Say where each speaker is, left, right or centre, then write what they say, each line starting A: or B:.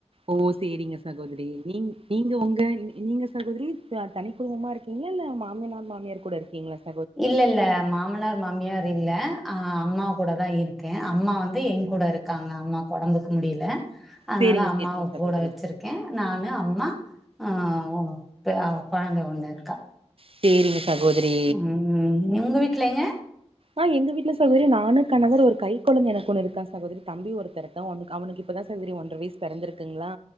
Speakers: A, on the right; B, in the centre.
A: ஓ சேரிங்க சகோதரி நீங் நீங்க ஒங்க இனி நீங்க சகோதிரி த தனி குடும்பமா இருக்கீங்ளா இல்ல மாமனார் மாமியார் கூட இருக்கீங்ளா ச
B: இல்ல இல்ல மாமனார் மாமியாரு இல்ல ஆஹ் அம்மா கூட தா இருக்கே அம்மா வந்து எங்கூட இருக்காங்க அம்மாக்கு ஒடம்புக்கு முடியல அதுனால
A: சேரிங்க
B: அம்மாவ
A: சேரிங்க சகோதரி
B: கூட வச்சிருக்கே நானு அம்மா ஆஹ் பெ கொழந்த ஒன்னு இருக்கா
A: சேரிங்க சாகோதரி
B: ம் உங்க வீட்டுலங்க
A: ஆஹ் எங்க வீட்ல சகோதரி நானு கணவர் ஒரு கை கொழந்த எனக்கு ஒன்னு இருக்கா சகோதரி தம்பி ஒருத்த இருக்கா அவனுக்கிப்பதா சகோதரி ஒன்ற வயசு பெறந்திருக் க்குங்ளா